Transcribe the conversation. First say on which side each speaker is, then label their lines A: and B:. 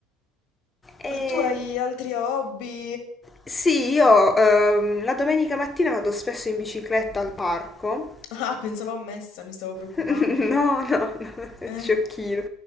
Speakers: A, on the left (about 20°); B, on the left (about 55°).
A: E,
B: E tu hai altri hobby?
A: Sì, io ehm, la domenica mattina vado spesso in bicicletta al parco.
B: Ah, pensavo a messa, mi stavo preoccupando.
A: <laughs> No, no, no, <laughs>
B: Eh,
A: sciocchino.